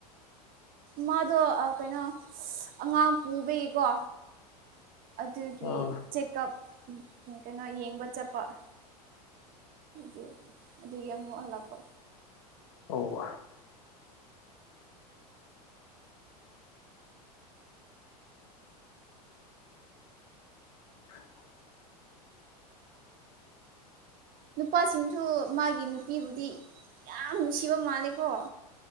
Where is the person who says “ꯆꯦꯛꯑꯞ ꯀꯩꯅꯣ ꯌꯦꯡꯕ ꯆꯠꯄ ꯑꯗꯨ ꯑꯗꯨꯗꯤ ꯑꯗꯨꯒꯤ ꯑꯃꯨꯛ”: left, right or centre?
Right